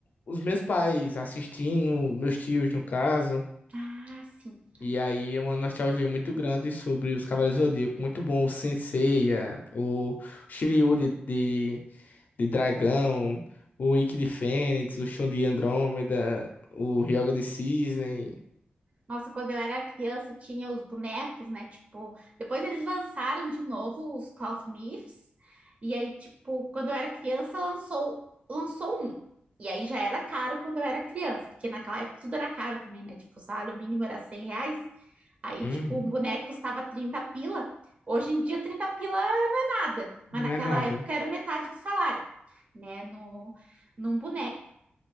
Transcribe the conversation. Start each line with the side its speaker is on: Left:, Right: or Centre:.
Left: os meus pais assistindo, meus tios no caso,
Right: Ah, sim.
Left: e aí é uma nostalgia muito grande sobre os Cavaleiros do Zodíaco, muito bom o Sensei, a- o Shiryu de, de, de dragão, o Ikki de Fênix, o Shun de Andrômeda, o Ryoga de Cisne,
Right: Nossa, quando eu era criança tinha os bonecos, né? Tipo, depois eles lançaram de novo os Cloth Myths. E aí, tipo, quando eu era criança lançou lançou um. E aí já era caro quando eu era criança, porque naquela época tudo era caro também, né? Tipo, o salário mínimo era 100 reais. Aí,
Left: Uhum.
Right: tipo, um boneco custava 30 pila. Hoje em dia, 30 pila é nada, mas
Left: não
Right: naquela
Left: é nada.
Right: época era metade do salário, né? No, num boneco.